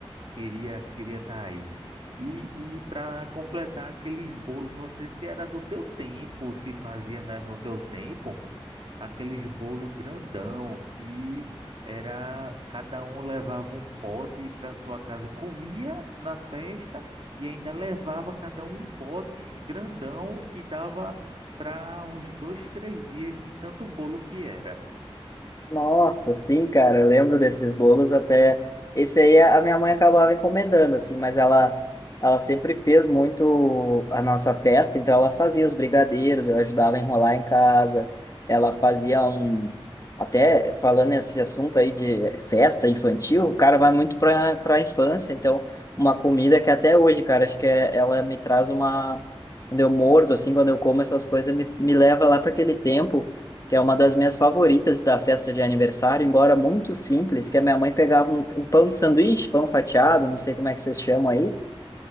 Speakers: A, on the right; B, on the left.
A: queria, queria estar aí. E, e para completar aqueles bolos, não sei se era do teu tempo, se fazia, né, no teu tempo aqueles bolo grandão que era cada um levava um pote para sua casa, comia na festa e ainda levava cada um um pote grandão que dava para uns dois, três dias de tanto bolo que era.
B: Nossa, sim, cara, eu lembro desses bolos até. Esse aí a minha mãe acabava encomendando, assim, mas ela, ela sempre fez muito a nossa festa, então ela fazia os brigadeiros, eu ajudava a enrolar em casa, ela fazia um. Até falando nesse assunto aí de festa infantil, o cara vai muito para para a infância, então uma comida que até hoje, cara, acho que é, ela me traz uma. Quando eu mordo, assim, quando eu como essas coisas, me, me leva lá para aquele tempo que é uma das minhas favoritas da festa de aniversário, embora muito simples, que a minha mãe pegava um, um pão de sanduíche, pão fatiado, não sei como é que vocês chamam aí,